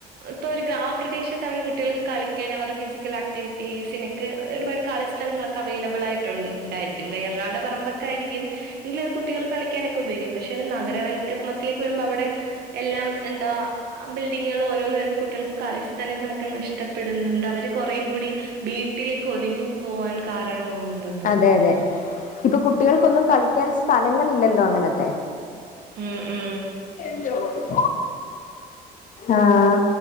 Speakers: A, on the right (about 70°); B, on the left (about 50°).
A: ഇപ്പൊരു ഗ്രാമപ്രദേശത്താണെങ്കി കുട്ടികൾക്ക് കളിക്കാൻ അവരുടെ ഫിസിക്കൽ ആക്ടിവിറ്റീസിന് ഒരുപാട് കളിസ്ഥലങ്ങളൊക്കെ അവൈലബിളായിട്ടുണ്ടായിരിക്കും വേറൊരാളുടെ പറമ്പൊക്കായിരിക്കും എങ്കിലത് കുട്ടികള് കളിക്കാനൊക്കുപയോഗിക്കുന്നു പക്ഷെ അത് നഗരവൽക്കരണത്തിലേക്ക് വരുമ്പോ അവിടെ എല്ലാം എന്താ ആ ബിൽഡിങ്ങുകൾ ഓരോന്ന് വരുമ്പോ കുട്ടികൾക്ക് കളിസ്ഥലങ്ങളൊക്കെ നഷ്ടപ്പെടുന്നുണ്ട് അവർ കൊറെം കൂടി വീട്ട്ലേക്ക് ഒത്ങ്ങി പോവാൻ കാരണമാവുന്നുണ്ടെന്ന് തോന്ന്ന്നു
B: അതെ അതെ ഇപ്പൊ കുട്ടികൾക്കൊന്നും കളിക്കാൻ സ്ഥലങ്ങളില്ലല്ലോ അങ്ങനത്തെ
A: ഉം ഉം
B: <unintelligible> ആഹ്